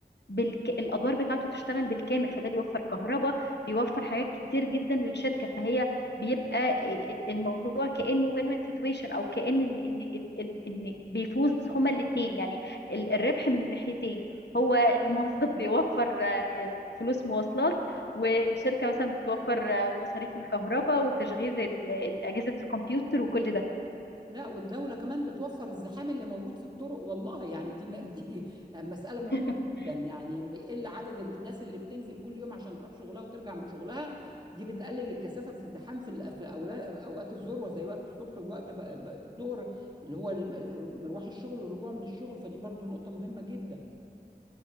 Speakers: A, on the left; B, on the right.
A: بالك... الادوار بتاعته تشتغل بالكامل فده بيوفر كهرباء بيوفر حاجات كتير جدا للشركه فهي بيبقى ال- الموضوع كانه وين وين سيتويشن او كان ان ان ان إن بيفوز هما الاثنين يعني ال- الربح من الناحيتين هو الموظف بيوفر آه، فلوس مواصلات والشركه مثلا بتوفر آه، مصاريف الكهرباء وتشغيل ال- ال- اجهزه الكمبيوتر وكل ده
B: لا والدولة كمان بتوفر الزحام اللي موجود في الطرق والله يعني دي م- دي <laughs> مسألة مهمة
A: <laughs>
B: جدا يعني لما يقل عدد الناس اللي بتنزل كل يوم عشان تروح شغلها وترجع من شغلها دي بتقلل الكثافة في الزحام في الأ- في الأولا- أوقات الذروة زي وقت الصبح والوقت بقى- بقى الظهر اللي هو الم- مروح الشغل والرجوع من الشغل فدي برضو نقطة مهمة جدا